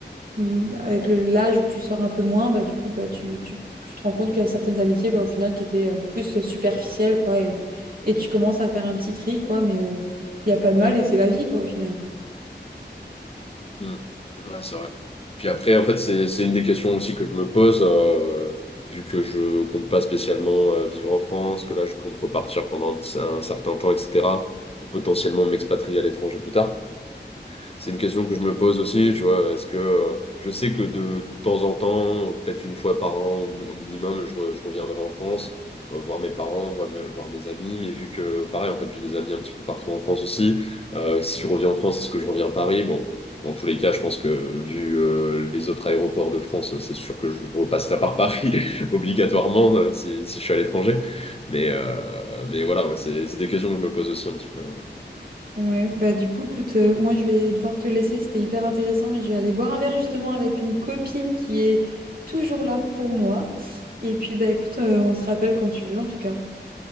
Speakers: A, on the right; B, on the left.
A: Mm, avec le- l'âge où tu sors un peu moins, bah, du coup, bah, tu, tu, tu te rends compte qu'il y a certaines amitiés, bah, au final, qui étaient euh, plus superficielles, quoi, et, et tu commences à faire un petit tri, quoi, mais euh, il n'y a pas de mal et c'est la vie, quoi, au final.
B: Hmm. Ouais, c'est vrai. Puis après, en fait, c'est, c'est une des questions aussi que je me pose, euh, vu que je compte pas spécialement euh, vivre en France, que là, je compte repartir pendant un, un certain temps, etc., potentiellement m'expatrier à l'étranger plus tard. C'est une question que je me pose aussi, tu vois. Est-ce que euh, je sais que de temps en temps, peut-être une fois par an au minimum, je, re- je reviendrai en France, euh, voir mes parents, voir mes, voir mes amis. Mais vu que, pareil, en fait, j'ai des amis un petit peu partout en France aussi. euh, si je reviens en France, est-ce que je reviens à Paris? Bon, dans dans tous les cas, je pense que vu euh, les autres aéroports de France, euh, c'est sûr que je repasserai par Paris <laughs> obligatoirement euh, si, si je suis à l'étranger. Mais, euh, mais voilà, ouais, c'est c'est des questions que je me pose aussi un petit peu.
A: Ouais, bah du coup, écoute, euh, moi je vais devoir te laisser, c'était hyper intéressant, mais je vais aller boire un verre justement avec une copine qui est toujours là pour moi. Et puis, bah écoute, euh, on se rappelle quand tu veux, en tout cas.